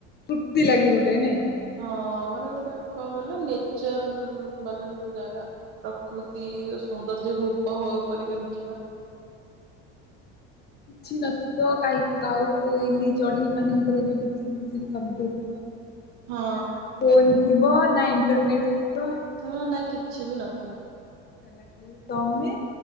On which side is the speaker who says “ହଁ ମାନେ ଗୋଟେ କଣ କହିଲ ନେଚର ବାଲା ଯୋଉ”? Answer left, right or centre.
Right